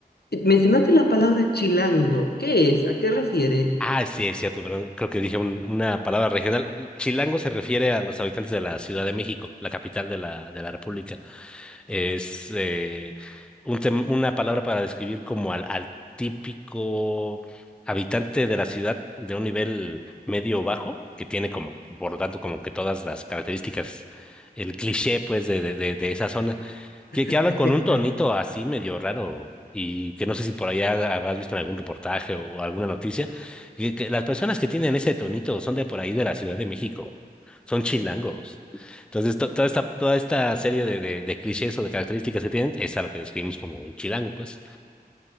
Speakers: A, on the left (about 75°); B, in the centre.
A: Eh, Mencionaste la palabra chilango. ¿Qué es? ¿A qué refiere?
B: Ah, sí, es cierto, perdón. Creo que dije un- una palabra regional. Chilango se refiere a los habitantes de la Ciudad de México, la capital de la, de la República. Es eh, un tem- una palabra para describir como al, al típico habitante de la ciudad de un nivel medio o bajo, que tiene como, por lo tanto, como que todas las características, el cliché, pues, de, de, de de esa zona que,
A: <laughs>
B: que hablan con un tonito así medio raro y que no sé si por allá habrás visto en algún reportaje o alguna noticia, que, que las personas que tienen ese tonito son de por ahí de la Ciudad de México, son chilangos. Entonces, to- toda esta, toda esta serie de, de, de clichés o de características que tienen es a lo que describimos como un chilango, pues.